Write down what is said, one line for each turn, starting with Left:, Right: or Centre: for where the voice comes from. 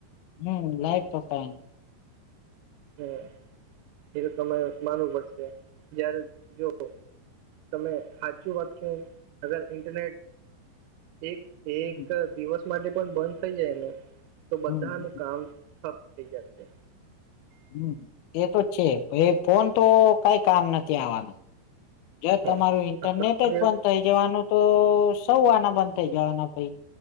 Left: હમ લાઈફ પકા
Right: હમ એ તો તમારે માનવું પડશે જયારે જોવ તમે સાચું વાત કે અગર ઇન્ટરનેટ એક
Left: હમ
Right: એક દિવસ માટે પણ બંધ થઈ જાય એને તો
Left: હમ
Right: બધાનું કામપ <unintelligible>
Left: હમ એ તો છે ફોન તો કઈ કામ નથી આવવાનું જયાર તમારું
Right: હમ
Left: ઇન્ટરનેટ
Right: આ તો
Left: જ
Right: કેવું?
Left: બંધ થઇ જવાનું તો સૌ આના બંધ થઇ જવાના ભાઈ